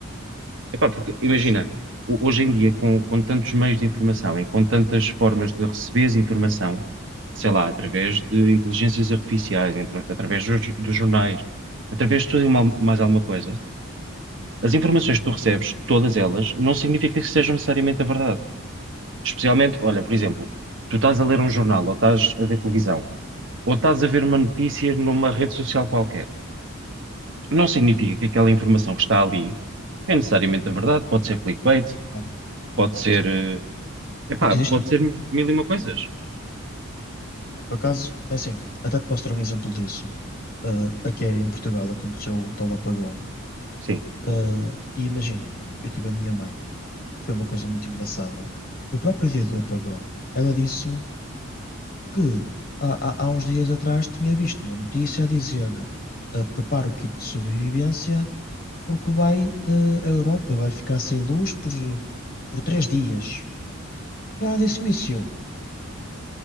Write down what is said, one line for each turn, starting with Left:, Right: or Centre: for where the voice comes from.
Right: Epá, porque imagina,
Left: Isso,
Right: ho- hoje em dia, com, com tantos meios de informação e com tantas formas de receberes informação, sei lá, através de inteligências artificiais, entre- através dos, dos jornais, através de tudo e mal- mais alguma coisa, as informações que tu recebes, todas elas, não significa que sejam necessariamente a verdade. Especialmente, olha, por exemplo, tu estás a ler um jornal, ou estás a ver televisão, ou estás a ver uma notícia numa rede social qualquer. Não significa que aquela informação que está ali é necessariamente a verdade, pode ser clickbait
Left: claro.
Right: pode ser,
Left: Sim.
Right: eh, Epá,
Left: O que existe
Right: pode
Left: muito,
Right: ser mil e uma coisas.
Left: por acaso, é assim, até te posso dar um exemplo disso. Ah, aqui em Portugal aconteceu o tal apagão.
Right: Sim.
Left: Ah, e imagina, eu tive a minha mãe, foi uma coisa muito engraçada. No próprio dia do apagão, ela disse-me que há, há, há uns dias atrás tinha visto uma notícia a dizer: ah, prepara o kit de sobrevivência, porque vai, ah, a Europa vai ficar sem luz por, por três dias. Ela disse-me isso e eu.